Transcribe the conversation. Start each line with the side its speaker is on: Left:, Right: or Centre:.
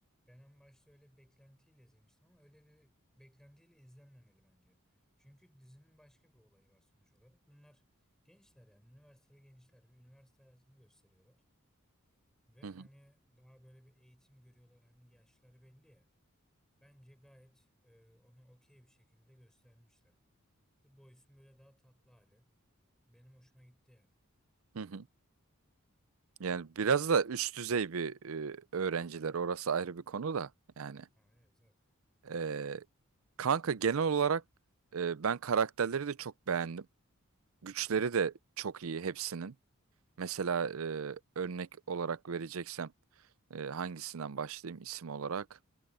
Centre: Ben en başta öyle beklentiyle izlemiştim ama öyle bir beklentiyle izlenmemeli bence. Çünkü dizinin başka bir olayı var sonuç olarak. Bunlar gençler yani üniversiteli gençler bir üniversite hayatını gösteriyorlar. Ve
Right: Hı hı.
Centre: hani daha böyle bir eğitim görüyorlar hani yaşları belli ya. Bence gayet e, onu okey bir şekilde göstermişler. The Boys'un böyle daha tatlı hali benim hoşuma gitti yani.
Right: Hı hı. Yani biraz da üst düzey bir e, öğrenciler. Orası ayrı bir konu da. Yani
Centre: Ha, evet zaten.
Right: e, kanka genel olarak e, ben karakterleri de çok beğendim. Güçleri de çok iyi hepsinin. Mesela
Centre: Hı.
Right: e, örnek olarak vereceksem e, hangisinden başlayayım isim olarak?